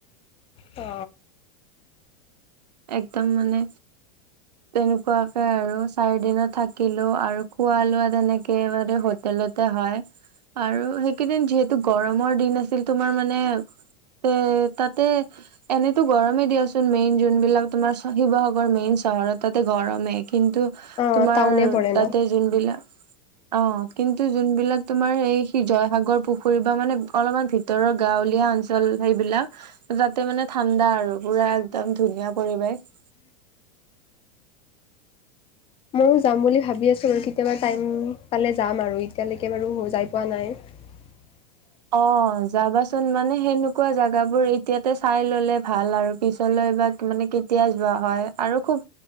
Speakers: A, on the left; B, on the right.
A: অ।
B: একদম মানে তেনেকুৱাকে আৰু চাৰি দিনত থাকিলো আৰু খোৱা লোৱা তেনেকে মানে হোটেলত তাতে হয়, আৰু সেইকেইদিন যিহেতু গৰমৰ দিন আছিল তোমাৰ মানে তে তাতে এনেতো গৰমে দিয়াচোন মেইন যোনবিলাক তোমাৰ চা শিৱসাগৰ মেইন চহৰত তাতে গৰমে কিন্তু
A: অ
B: তোমাৰ
A: টাউনে পৰে ন
B: তাতে যোনবিলাক। অ কিন্তু যোনবিলাক তোমাৰ এই সি জয়সাগৰ পুখুৰী বা মানে অলপমান ভিতৰৰ গাওঁ-। গাওঁলীয়া অঞ্চল সেইবিলাক যাতে মানে ঠাণ্ডা আৰু পুৰা একদম ধুনীয়া পৰিৱেশ।
A: <unintelligible> মই ও যাম বুলি ভাবি আছিলোঁ, কেতিয়াবা টাইম পালে যাম আৰু এতিয়ালৈকে বাৰু যায় পোৱা নাই। <unintelligible>
B: অ যাবাচোন মানে সেনেকুৱা জোগাবোৰ এতিয়াতে চাই ললে ভাল আৰু পিছলৈ বা। মানে কেতিয়া যোৱা হয় আৰু খুব